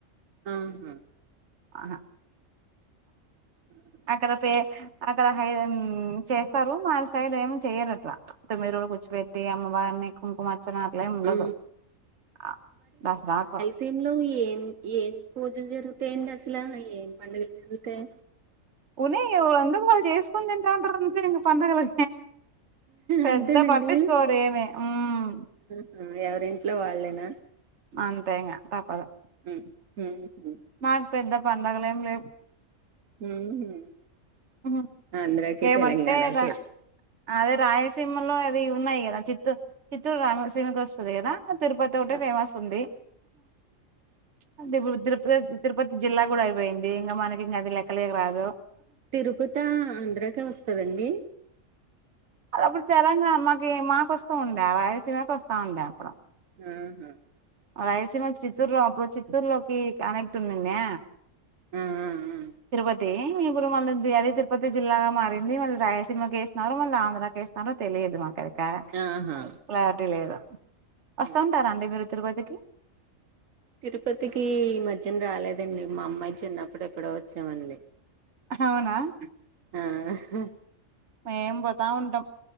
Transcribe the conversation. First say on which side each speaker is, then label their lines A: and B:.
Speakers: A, on the right; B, on the right.
A: ఆహ
B: అహ
A: ఉమ్
B: అక్కడ పే అక్కడ హై ఉమ్ చేస్తారు మా సైడ్ ఏమ్ చెయరట్లా అంటే మీరు కుచ్చ పెట్టి అమ్మవారని కుంకుమ అర్చన అట్లేం ఉండదు
A: ఆ
B: అ దసరాకు
A: దింలో ఏం ఏం పూజలు జరుగుతాయండి అసల ఏం పండగల్ జరుగుతాయి
B: ఉనే ఎవరంతుకు వాళ్ చేసుకుని తింటారంటారుగ అంతే ఇంక పండగలి పెద్ద
A: అంతేనండి
B: పట్టించుకోరు ఏమీ ఉమ్
A: ఉమ్ ఎవరింట్లో వాళ్లేేనా
B: అంతే ఇంగా తప్పదు
A: ఉ ఉహు
B: మాక్ పెద్ద పండగల్ ఏం లేవ్
A: ఉహు
B: ఉహు.
A: ఆంధ్రకి
B: ఏమంటే
A: తెలంగాణకే
B: రా అదే రాయలసీమలో అది ఉన్నాయి గదా చిత్తూ చిత్తూరు రాయలసీమ కస్తది గదా తిరుపతి ఒకటే
A: ఆ
B: ఫేమస్ ఉంది అంటే ఇప్పుడు తిరుపతి తిరుపతి జిల్లా గూడా అయిపోయింది ఇంగ మనకి ఇంగ అది లెక్కలకీ రాదు
A: తిరుపతా ఆంధ్రకే వస్తదండి
B: అద అప్పుడు తెలంగాణ మాకీ మాకస్తుండే రాయలసీమ కస్తాండా అప్పుడు
A: ఆ హ
B: రాయలసీమ కి చిత్తూరు లో అప్పుడు చిత్తూరులోకి కనెక్ట్ ఉండుండే
A: ఆ ఆ ఆ
B: తిరుపత్ తీ ఇప్పుడు మళ్ళిద్ది అది తిరుపతి జిల్లాగా మారింది మళ్ళ్ రాయలసీమకేస్త్నారు మళ్ళాంధ్ర్ రాకేేస్త్నారో తెలియదు మాకైతే
A: ఆహా
B: ప్లాటే లేదు. ఒస్తాంటారా
A: ఉమ్
B: అండి మీరు తిరుపతికి?
A: తిరుపతికీ ఈ మధ్యన్రాలేదండి మా అమ్మాయి చిన్నప్పుడేప్పుడో వచ్చావండి.
B: హవునా ‍?
A: ఆ అహ్ అ
B: మేం బొతాఉంటం